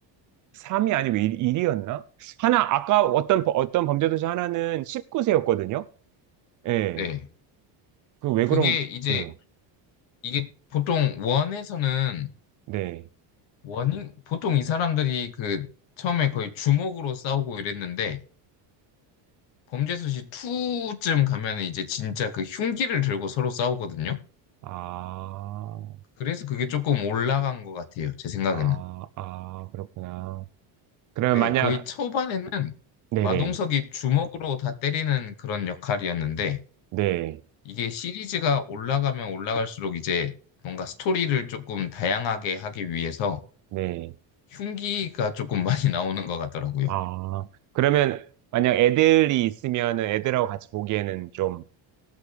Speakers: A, on the right; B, on the left.
A: 13이 아니고 1, 이었나 하나 아까 어떤 범- 어떤 범죄도시 하나는 19세였거든요. 예.
B: 네.
A: 그 왜
B: 그게
A: 그런
B: 이제
A: 예.
B: 이게 보통 원에서는
A: 네.
B: 원인 보통 이 사람들이 그 처음에 거의 주먹으로 싸우고 이랬는데 범죄수시 2쯤 가면 이제 진짜 그 흉기를 들고 서로 싸우거든요.
A: 아,
B: 그래서 그게 조금 올라간 것 같아요. 제 생각에는.
A: 아, 아, 그렇구나. 그러면
B: 네,
A: 만약,
B: 거의 초반에는
A: 네네,
B: 마동석이 주먹으로 다 때리는 그런 역할이었는데
A: 네,
B: 이게 시리즈가 올라가면 올라갈수록 이제 뭔가 스토리를 조금 다양하게 하기 위해서
A: 네.
B: 흉기가 조금 <laughs> 많이 나오는 것 같더라고요.
A: 아, 그러면 만약 애들이 있으면은 애들하고 같이 보기에는 좀,